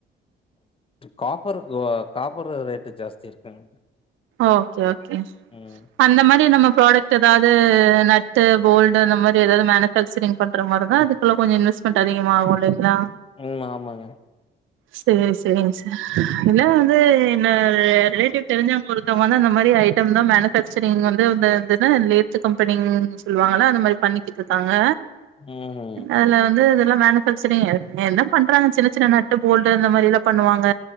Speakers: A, on the left; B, on the right.
A: காப்பர் காப்பரு ரேட்டு ஜாஸ்தி இருக்குங்க
B: ஓகே ஓகேங் சா
A: ம்
B: அந்த மாதிரி நம்ம ப்ராடக்ட் ஏதாவது நட்டு போல்டு அந்த மாதிரி ஏதாவது மேனுஃபேக்சரிங் பண்ற மாதிரி தான் அதுக்கு ல்ல கொஞ்சம் இன்வெஸ்ட்மெண்ட் அதிகமாகும் இல்லைங்களா
A: உம் ஆமாங்க
B: சேரி சேரிங்க சார் இதுல்லா வந்து என்ன ரிலேட்டிவ் தெரிஞ்சவங்க அந்த மாதிரி ஐட்டம் தா மேனுஃபாக்சரிங் வந்து இது என்ன லேத்து கம்பெனி சொல்லுவாங்கள அந்த மாரி பண்ணிக்கிட்டு இருக்காங்க
A: ம்
B: அதுல வந்து இதெல்லா மேனு என்ன பண்றாங்க சின்ன சின்ன நட்டு போல்டு அந்த மாரில்லா பண்ணுவாங்க